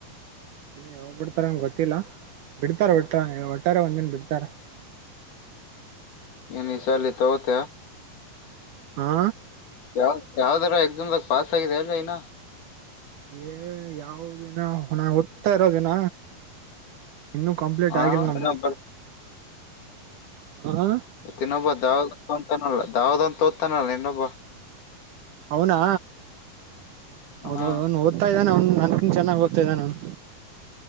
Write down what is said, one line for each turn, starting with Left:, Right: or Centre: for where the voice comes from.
Right: ಇನ್ನು ಯಾವಾಗ್ ಬಿಡ್ತಾರ ನಂಗ್ ಗೊತ್ತಿಲ್ಲ. ಬಿಡ್ತಾರೆ ಒಟ್ಟ್ರ ಒಟ್ಟಾರೆ ಒಂದನ್ ಬಿಡ್ ತ್ತರ.
Left: ಈನ ಚಾಲಿತ ಹೊತ.
Right: ಹಾ.
Left: ಯಾವ ಯಾವ್ದಾರ ಎಕ್ಸಾಮ್್ದಾಗ ಪಾಸ್ ಆಗಿದೆ ಅಲ್ ಇನ್ನ.
Right: ಏ ಯಾವ ದಿನ ನಾ ಓದ್ತಾ ಇರೋದಿನ. ಇನ್ನುೂ ಕಂಪ್ಲೀಟ್
Left: ಹಾ
Right: ಆಗಿಲ್ಲ ನಂದು.
Left: ಇನ್ನೊಬ್ಬ
Right: ಹ
Left: ತಿನ್ನೊ ಬದ. ತೋತಾನಲ್ಲ ದಾವ್ದ ಅಂತ ತೋದ್ತಾನಲ್ಲ ಇನ್ನೊಬ್ಬ.
Right: ಹೌನಾ. ಹೌದೌದು
Left: ಹಾ
Right: ಅವ್ನು ಓದ್ತಾ ಇದ್ದಾನ ಅವನ್ ನನ್. ಇ ಚೆನ್ನಾಗಿ ಹೋಗ್ತಾದ್ದ ನಾನು.